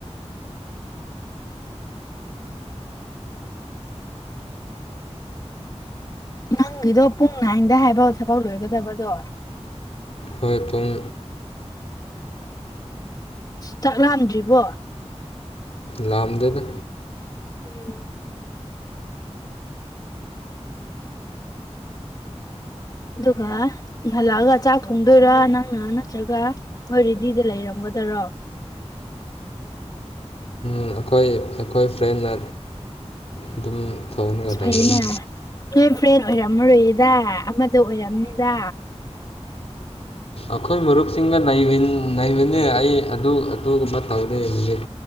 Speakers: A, on the left; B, on the left.
A: ꯅꯪꯒꯤꯗꯣ ꯄꯨꯡ ꯍꯗ ꯍꯥꯏꯕꯥꯎ ꯊꯕꯛ ꯂꯣꯏꯒꯗꯕꯗꯣ
B: ꯍꯣꯏ ꯄꯨꯡ
A: ꯆꯥꯛꯂꯝꯑꯝꯗ꯭ꯔꯤꯕꯣ
B: ꯂꯝꯗꯗ
A: ꯎꯝ ꯑꯗꯨꯒ ꯍꯜꯂꯛꯑꯒ ꯆꯥꯛ ꯊꯣꯡꯗꯣꯏꯔ ꯅꯪꯅ ꯅꯠꯇ꯭ꯔꯒ ꯃꯣꯏꯔꯦꯗꯤ ꯁꯤꯗ ꯂꯩꯔꯝꯒꯗꯔꯣ
B: ꯑꯩꯈꯣꯏ ꯑꯩꯈꯣꯏ ꯐ꯭ꯔꯦꯟꯅ ꯑꯗꯨꯝ ꯊꯣꯡꯉꯒ
A: ꯑꯩꯅꯦ
B: ꯂꯩꯕꯅꯤ
A: ꯐ ꯑꯣꯏꯔ ꯃꯔꯣꯏꯌꯦꯗ ꯑꯃꯗ ꯑꯣꯏꯔꯝꯅꯤꯗ
B: ꯑꯩꯈꯣꯏ ꯃꯔꯨꯞꯁꯤꯡꯒ ꯅꯩꯕꯅꯦ ꯑꯩ ꯑꯗꯨ ꯑꯗꯨꯒꯨꯝꯕ ꯇꯧꯗꯦ ꯍꯧꯖꯤꯛ